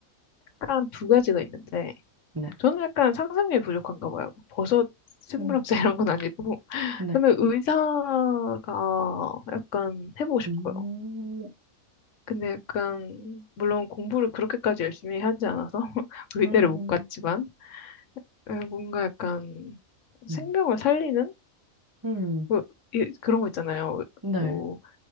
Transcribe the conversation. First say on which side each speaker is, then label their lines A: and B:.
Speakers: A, on the left; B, on the right.
A: 딱 두 가지가 있는데
B: 네,
A: 저는 약간 상상력이 부족한가 봐요. 뭐 버섯 생물학자
B: 음,
A: <laughs> 이런 건 아니고
B: 네,
A: 저는 의사가 약간 해보고 싶어요.
B: 음,
A: 근데 약간 물론 공부를 그렇게까지 열심히 하지 않아서 <laughs> 의대를
B: 음,
A: 못 갔지만 에, 뭔가 약간 생명을
B: 음,
A: 살리는
B: 음,
A: 뭐, 이- 그런 거 있잖아요.
B: 네,
A: 뭐,